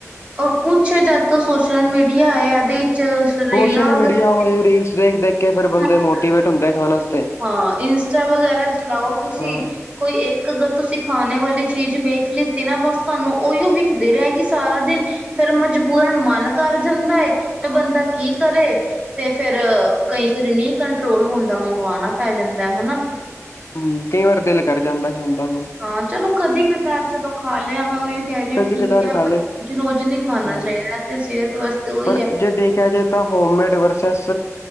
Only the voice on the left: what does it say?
ਸ਼ੋਸ਼ਲ
ਮੀਡੀਆ
ਹੋਏ ਰੀਲਸ ਦੇਖ-ਦੇਖ ਕੇ ਫੇਰ ਬੰਦੇ
ਮੋਟੀਵੇਟ ਹੋਂਦਾ ਖਾਨ ਆਸਤੇ।
ਹਾਂ
ਹੂੰ ਕਈ ਵਾਰੀ ਦਿਲ ਕਰ ਜਾਂਦਾ ਏ ਖਾਨ ਦਾ।
ਕਦੀ
ਕਦਾਰ
ਖਾ
ਲੇ
ਹਾਂ
ਪਰ
ਜੇ ਦੇਖਿਆ ਜਾਏ ਤਾਂ ਹੋਮਮੇਡ ਵਰਸਿਸ,